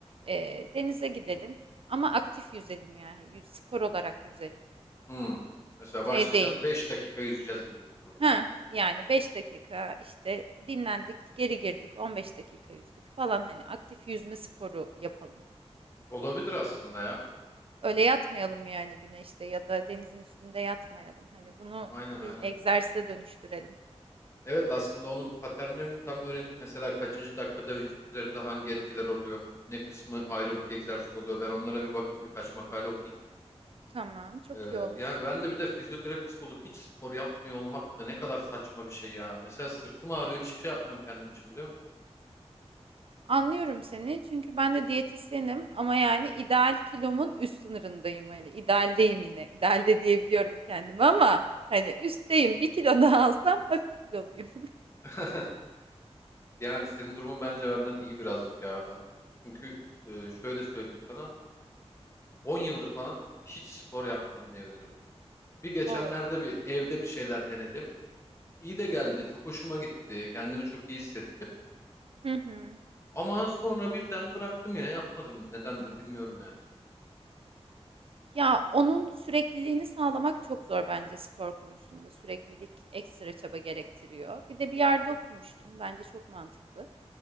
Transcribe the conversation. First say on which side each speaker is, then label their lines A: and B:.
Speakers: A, on the right; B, on the left.
A: e, denize gidelim ama aktif yüzelim yani. Yüz- Spor olarak yüzelim.
B: Hmm. Mesela
A: Şey
B: başlayacağız
A: değil.
B: 5 dakika yüzeceğiz gibi bir durum.
A: Ha yani 5 dakika işte dinlendik, geri girdik, 15 dakika yüzdük falan hani aktif yüzme sporu yapalım.
B: Olabilir aslında ya.
A: Öyle yatmayalım yani güneşte ya da denizin üstünde yatmayalım. Hani bunu
B: Aynen
A: bir
B: aynen.
A: egzersize dönüştürelim.
B: Evet aslında onun paternlerini tam öğrenip mesela kaçıncı dakikada vücut üzerinde hangi etkiler oluyor, ne kısmı aerobik egzersiz oluyor ben onlara bir bakayım birkaç makale okuyayım.
A: Tamam, çok
B: Ee,
A: iyi olur.
B: yani ben de bir de fizyoterapist olup hiç spor yapmıyor olmak da ne kadar saçma bir şey ya. Mesela sırtım ağrıyor hiçbir şey yapmıyorum kendim için biliyor musun?
A: Anlıyorum seni çünkü ben de diyetisyenim ama yani ideal kilomun üst sınırındayım hani idealdeyim yine idealde diyebiliyorum kendime ama hani üstteyim bir kilo <laughs> daha alsam hafif kiloluyum.
B: <laughs> Yani senin durumun bence benden iyi birazcık ya ben. Çünkü e, şöyle söyleyeyim sana 10 yıldır falan hiç spor yapmadım diyebilirim. Bir geçenlerde
A: <laughs> Oo.
B: bir evde bir şeyler denedim. İyi de geldi çok hoşuma gitti kendimi çok iyi hissettim.
A: Hı hı.
B: Ama sonra birden bıraktım yine yapmadım nedendir bilmiyorum yani.
A: Ya onun sürekliliğini sağlamak çok zor bence spor konusunda süreklilik ekstra çaba gerektiriyor. Bir de bir yerde okumuştum bence çok mantıklı.